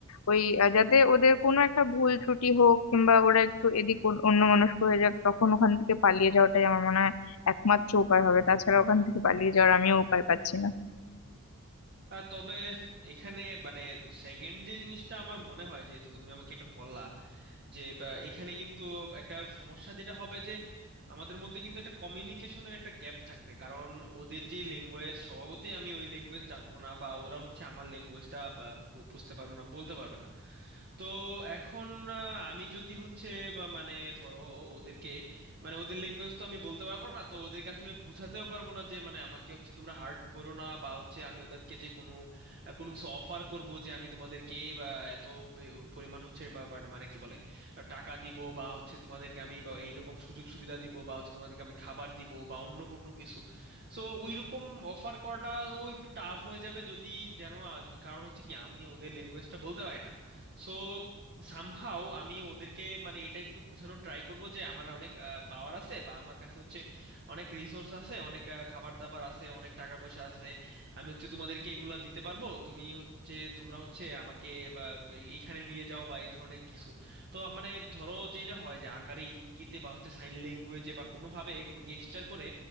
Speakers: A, on the left; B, on the right.
A: ওই আহ, যাতে ওদের কোনো একটা ভুল ত্রুটি হোক কিংবা ওরা একটু এদিক অন্য মানুষ হয়ে যাক তখন ওখান থেকে পালিয়ে যাওয়াটাই আমার মনে হয় একমাত্র উপায় হবে তাছাড়া ওখান থেকে পালিয়ে যাওয়ার আমিও উপায় পাচ্ছি না
B: আহ, তবে এখানে মানে সেকেন্ড যে জিনিসটা আমার মনে হয় যেহেতু তুমি আমাকে এটা বললা যে বা, এখানে কিন্তু একটা সমস্যা যেটা হবে যে আমাদের মধ্যে কিন্তু একটা কমিউনিকেশনের একটা গ্যাপ থাকবে কারণ ওদের যে ল্যাঙ্গুয়েজ স্বভাবতই আমি ওই ল্যাঙ্গুয়েজ জানবো না বা ওরা হচ্ছে আমার ল্যাঙ্গুয়েজটা বুঝতে পারবে না বলতে পারবে না তো এখন আহ, আমি যদি হচ্ছে বা মানে ধরো ওদেরকে মানে ওদের ল্যাঙ্গুয়েজ তো আমি বলতে পারবো না তো ওদেরকে আসলে বুঝাতেও পারবো না যে মানে আমাকে হচ্ছে তোমরা হার্ট করো না বা হচ্ছে আমি ওদেরকে যে কোনো আহ, কোনো কিছু অফার করব যে আমি তোমাদেরকে বা এত বে- পরিমাণ হচ্ছে বা বাট মানে কি বলে আহ, টাকা দিব বা হচ্ছে তোমাদেরকে আমি বা এইরকম সুযোগ সুবিধা দিব বা হচ্ছে তোমাদেরকে আমি খাবার দিব বা অন্য কোনো কিছু সো ওই রকম অফার করাটাও একটু টাফ হয়ে যাবে যদি যেন আহ, কারণ হচ্ছে কি আমি ওদের ল্যাঙ্গুয়েজটা বলতে পারি না সো সামহাও আমি ওদেরকে মানে এটা একটু বোঝানোর ট্রাই করব যে আমার অনেক পাওয়ার আছে বা আমার কাছে হচ্ছে অনেক রিসোর্স আছে অনেক আহ, খাবার দাবার আছে অনেক টাকা পয়সা আছে আমি হচ্ছে তোমাদেরকে এগুলা দিতে পারবো তুমি হচ্ছে তোমরা হচ্ছে আমাকে বা এখানে নিয়ে যাও বা এই ধরনের কিছু তো মানে ধরো যে এটা হয় যে আকারে ইঙ্গিতে বা হচ্ছে সাইন ল্যাঙ্গুয়েজে বা কোনোভাবে কোনো গেস্টার করে